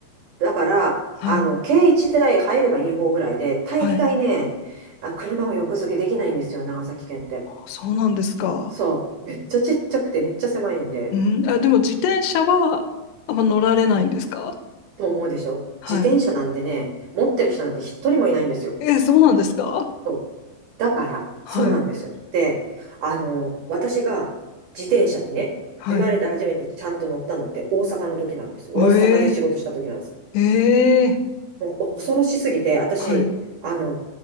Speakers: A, on the right (about 60°); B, on the left (about 80°).
A: う。だから、
B: はい、
A: あの、軽一台入ればいい方ぐらいで、大概ね、
B: はい。
A: あ、車を横付けできないんですよ、長崎県って。
B: そうなんですか。
A: そう。めっちゃちっちゃくてめっちゃ狭いんで、
B: うん、あ、でも自転車は、あんま乗られないんですか
A: と思うでしょ。
B: はい。
A: 自転車なんてね、持ってる人なんて一人もいないんですよ。
B: えー、そうなんですか
A: そうだから、
B: はい、
A: そうなんですよ。で、あの、私が自転車にね、
B: はい。
A: 生まれて初めてちゃんと乗ったのって大阪の時なんです。大阪で仕事した時なんです。
B: ええええ
A: もう恐ろしすぎて、私、
B: はい。
A: あの、